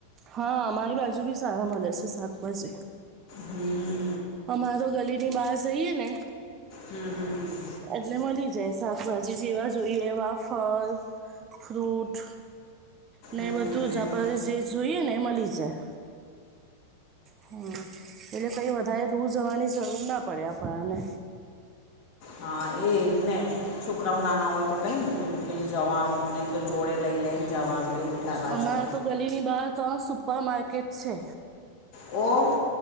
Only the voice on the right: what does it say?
હા મારી બાજુ ભી સારા મલે છે શાકભાજી
અમારે તો ગલી ની બહાર જઈએ ને
એટલે મલી જાય શાકભાજી જેવા જોઈએ એવા ફળ ફ્રૂટ ને
બધું આપને
જે જોઈએ ને મલી જાય. હમ એટલે કઈ વધારે દૂર જવાની જરૂર ના પડે આપણાને.
અમારે તો ગલીની બાર ત્રણ સુપર માર્કેટ છે.